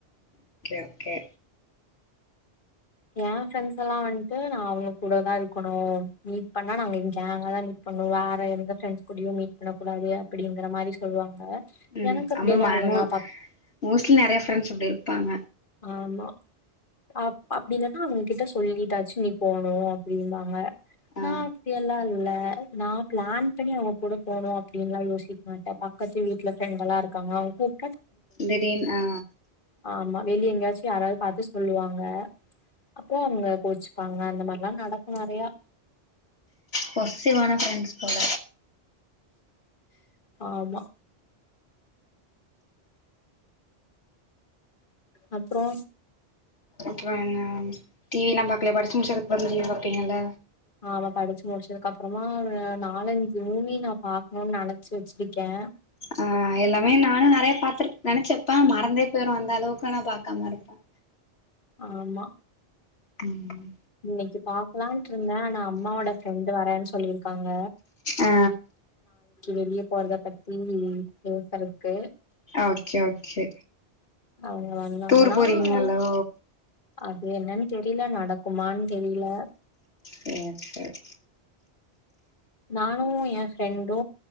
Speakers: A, on the left (about 70°); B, on the left (about 50°).
A: ஓகே ஓகே
B: என் ஃப்ரெண்ட்ஸ் எல்லாம் வந்துட்டு நான் அவுங்க கூடதான் இருக்கணும் மீட் பண்ணா நாங்க கேங் தான் மீட் பண்ணும் வேற எந்த ஃப்ரெண்ட்ஸ் கூடயும் மீட் பண்ண கூடாது அப்படிங்கற மாரி சொல்லுவாங்க
A: உம்
B: எனக்கு அப்டியெல்லா
A: அம்மம்மா
B: இல்ல
A: எமோ
B: நா பக்
A: மோஸ்ட்லி நறைய ஃப்ரெண்ட்ஸ் அப்டி இருப்பாங்க
B: ஆமா அப் அப்படில்லானா அவங்ககிட்ட சொல்லிட்டாச்சு நீ போனும் அப்படி இருந்தாங்க
A: ஆ
B: நான் அப்டிஅல்லா அல்ல நான் பிளான் பண்ணி அவுங்க கூட போனும் அப்படின்னுலாம் யோசிக்க மாட்டேன் பக்கத்து வீட்டுல ஃப்ரெண்ட எல்லாம் இருக்காங்க அவுங்க கூட
A: தெரின் ஆ
B: ஆமா வெளிய எங்கயாச்சும் யாராவது பார்த்து சொல்லுவாங்க அப்போ அவங்க கோச் ப்பாங்க அந்த மாதிரி லாம் நடக்கும் நெறையா
A: போசசிவ்வான ஃப்ரெண்ட்ஸ் போல
B: ஆமா அப்ரோ
A: அப்பறம் என்ன டி வில எல்லாம் பாக்கல படிச்சு முடிச்சதுக்கு வந்து டி வி பாப்பீங்கல்ல
B: ஆமா படிச்சு முடிச்சதுக்கு அப்புறமா நாலஞ்சு மூவி நா பாக்கணும்னு நினைச்சு வச்சிருக்கே
A: ஆ எல்லாமே நானும் நிறைய பார்த்த நினைச்சப்பே மறந்தே போயரும் வந்த அளவுக்கு நா பாக்காம இருப்ப
B: ஆமா
A: உம்
B: இன்னைக்கு பாக்கலான்ட்டு இருந்தே ஆனா அம்மாவோட ஃப்ரெண்டு் வரேன்னு சொல்லியிருக்காங்க
A: ஆ
B: வெளியே போறத பத்தி பேசதறக்கு
A: ஓகே ஓகே
B: அவங்க வந்தாங்கன்னா
A: டூர் போறீங்கல்லோ
B: இல்ல அது என்னன்னு தெரியல நடக்குமான்னு தெரியல
A: சேர் சேர்
B: நானும் எ ஃப்ரெண்டு